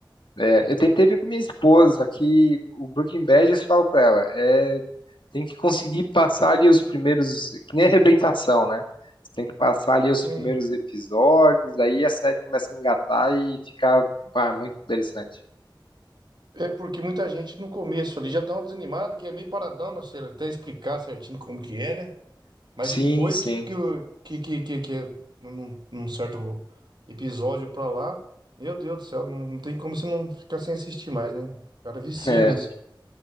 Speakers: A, on the left (about 75°); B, on the right (about 60°).
A: é, eu tentei ver com minha esposa, só que o Breaking Bad, eu falo pra ela, é, tem que conseguir passar ali os primeiros, que nem arrebentação, né? Você tem que passar ali os
B: Sim.
A: primeiros episódios, aí a série começa a engatar e fica, ah, muito interessante.
B: É porque muita gente no começo ali já dá uma desanimada, que é meio paradão, não sei, até explicar certinho como que é, né? Mas
A: Sim,
B: depois
A: sim.
B: que, que, o- que, que, que, que é num, num certo episódio pra lá, meu Deus do céu, não, não tem como você não ficar sem assistir mais, né? O cara vicia
A: É.
B: mesmo.